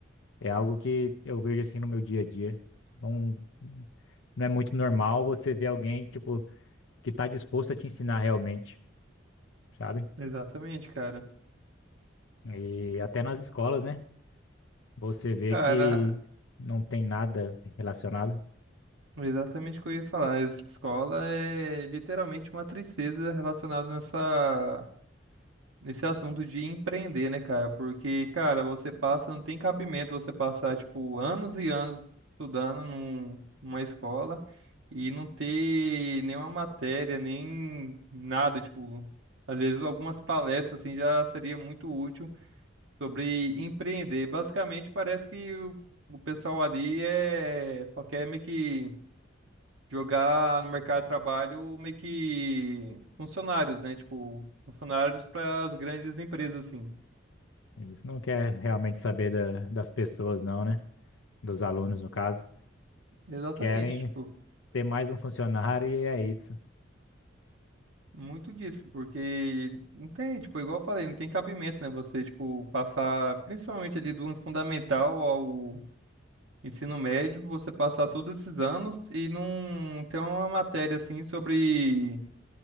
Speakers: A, on the left; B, on the right.
A: é algo que eu vejo assim no meu dia a dia. Não, não é muito normal você ver alguém, tipo, que tá disposto a te ensinar realmente, sabe?
B: Exatamente, cara.
A: E até nas escolas, né? Você vê
B: Cara,
A: que não tem nada relacionado.
B: Exatamente o que eu ia falar. Essa escola é literalmente uma tristeza relacionada nessa, nesse assunto de empreender, né, cara? Porque, cara, você passa, não tem cabimento você passar, tipo, anos e anos estudando num- numa escola e não ter nenhuma matéria, nem nada, tipo, às vezes algumas palestras, assim, já seria muito útil sobre empreender. Basicamente, parece que o, o pessoal ali é, só quer meio que jogar no mercado de trabalho meio que funcionários, né? Tipo, funcionários para as grandes empresas, assim.
A: Eles não querem realmente saber da- das pessoas, não, né? Dos alunos, no caso.
B: Exatamente,
A: Querem
B: tipo,
A: ter mais um funcionário e é isso.
B: muito disso, porque não tem, tipo, igual eu falei, não tem cabimento, né? Você, tipo, passar, principalmente ali do fundamental ao ensino médio, você passar todos esses anos e não ter uma matéria, assim, sobre